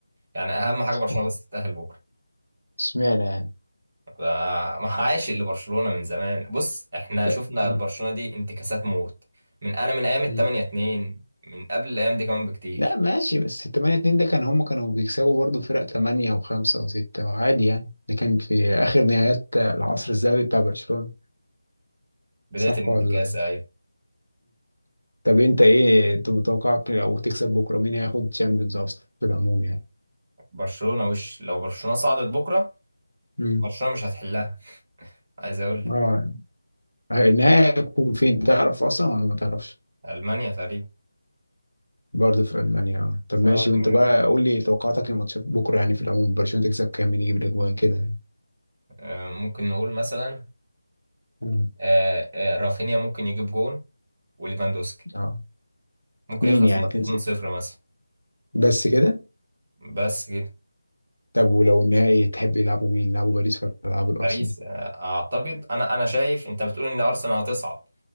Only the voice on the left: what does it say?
<laughs>
اشمعنى يعني
ت-
مم.
مم.
لا ماشي بس 8 2 ده كان هم كانوا بيكسبوا برضه فرق 8 و5 و6 عادي يعني ده كان في اخر نهايات العصر الذهبي بتاع برشلونة
صح
ولا؟
طب انت ايه انت متوقعك لو تكسب بكره مين هياخد الشامبيونز اصلا في العموم يعني
امم
اه النهائي هيكون فين تعرف اصلا ولا ما تعرفش
برضه في المانيا اه طب ماشي
وانت بقى قول لي توقعاتك لماتشات بكره يعني في العموم برشلونه تكسب كام مين يجيب الاجوان كده يعني.
مم.
اه
اتنين
يعني
تنسي
بس كده
طب ولو النهائي تحب يلعبوا مين يلعبوا باريس ولا يلعبوا الارسنال